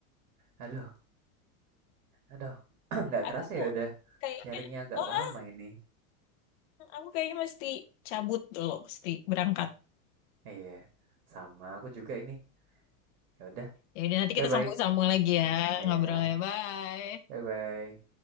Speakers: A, on the right (about 85°); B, on the left (about 55°).
A: Aduh, aduh. <clears throat> Nggak kerasa
B: Aku
A: ya udah
B: kayaknya
A: sharingnya agak
B: oh,
A: lama
B: ah,
A: ini.
B: aku kayaknya mesti cabut dulu, mesti berangkat.
A: Iya. Sama aku juga ini. Ya udah.
B: Ya udah nanti
A: Bye-bye.
B: kita sambung-sambung lagi ya.
A: Iya.
B: Ngobrolnya bye.
A: Bye-bye.